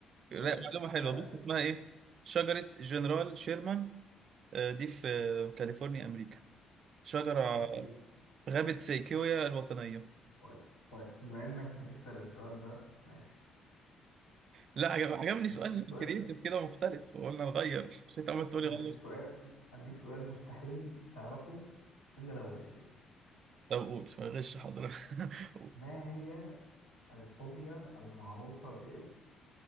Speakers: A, on the right (about 55°); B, on the left (about 75°).
A: لا
B: ماشي
A: معلومة حلوة
B: ماشي
A: بص اسمها ايه شجرة جنرال شيرمان آه، دي في آه، كاليفورنيا أمريكا شجرة
B: اوكي
A: في غابة سيكويا الوطنية
B: طيب طيب بما انك بتسأل السؤال ده ماشي
A: لا عجب عجبني سؤال
B: هديك سؤال
A: كرييتيف كده ومختلف قلنا نغير مش انت عمال تقول
B: هديك
A: لي غير
B: سؤال هديك سؤال مستحيل تعرفه إلا لو غشيت
A: طب قول غش حاضر <laughs> قول.
B: ما هي الفوبيا المعروفة باسم